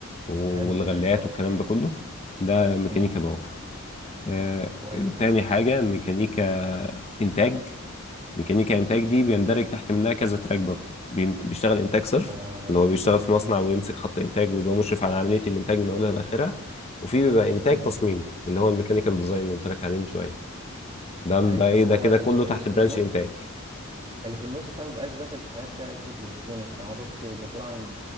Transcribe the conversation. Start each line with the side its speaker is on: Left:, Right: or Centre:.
Left: والغلايات
Right: حلو حلو اه
Left: والكلام ده كله ده ميكانيكا
Right: امم
Left: باور آه،
Right: كويس
Left: تاني
Right: امم
Left: حاجه ميكانيكا انتاج ميكانيكا انتاج دي بيندرج تحت منها كذا تراك برضه بينت- بيشتغل انتاج صرف
Right: آه.
Left: اللي هو بيشتغل في مصنع
Right: امم
Left: ويمسك خط انتاج ويبقى مشرف على عمليه الانتاج من اولها لاخرها وفي بيبقى انتاج
Right: امم
Left: تصميم اللي هو الميكانيكال ديزاين اللي قلت لك عليه من شويه ده ال-
Right: ايوه
Left: ده ايه ده
Right: هو
Left: كده
Right: اللي,
Left: كله تحت
Right: اللي في
Left: برانش
Right: النص
Left: انتاج
Right: اللي في النص ده ما بقاش داخل في حاجات فيها الكترونكس يعني هو بس مسؤول عن